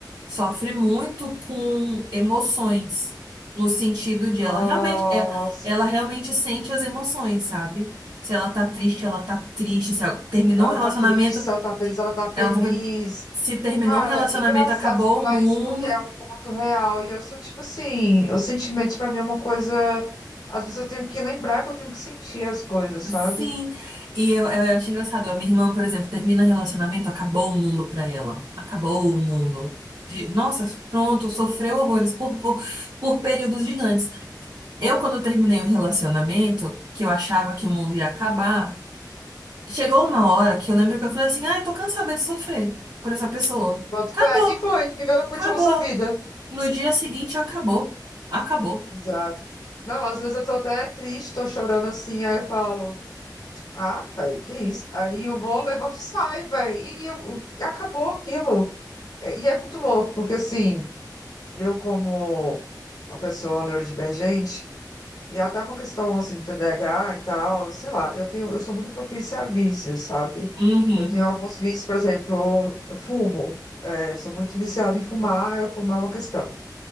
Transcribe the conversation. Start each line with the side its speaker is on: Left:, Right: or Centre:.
Right: sofre muito com emoções, no sentido de
Left: Nossa.
Right: ela realmente, é- ela realmente sente as emoções, sabe? Se ela tá triste, ela tá triste. Se ela terminou
Left: Ela
Right: um relacionamento,
Left: tá triste, se ela tá feliz, ela tá feliz.
Right: ela tá... Se terminou
Left: Cara,
Right: um relacionamento,
Left: é engraçado
Right: acabou
Left: você falar
Right: o mundo.
Left: isso porque é um ponto real. E eu sou tipo assim, os sentimentos pra mim é uma coisa. Às vezes eu tenho que lembrar que eu tenho que sentir as coisas, sabe?
Right: Sim, e eu, eu acho engraçado. A minha irmã, por exemplo, termina relacionamento, acabou o mundo pra ela. Acabou o mundo. De- nossa, pronto, sofreu horrores por, por, por períodos gigantes. Eu, quando terminei o relacionamento, que eu achava que o mundo ia acabar, chegou uma hora que eu lembro que eu falei assim: ai, tô cansada de sofrer por essa pessoa.
Left: Bota
Right: Acabou,
Left: o pé. E foi, viveu, continuou
Right: acabou.
Left: sua vida.
Right: No dia seguinte, acabou. Acabou.
Left: Exato. Não, às vezes eu tô até triste, tô chorando assim, aí eu falo, ah, velho, que isso? Aí eu vou, levanto e saio, velho. E eu- acabou aquilo. É, E é muito louco, porque assim. Eu, como uma pessoa neurodivergente, e até uma questão assim de TDAH e tal, sei lá, eu tenho, eu sou muito propícia a vícios, sabe?
Right: Uhum,
Left: Eu tenho alguns vícios, por exemplo, eu fumo, é, sou muito viciada em fumar, eu fumar é uma questão.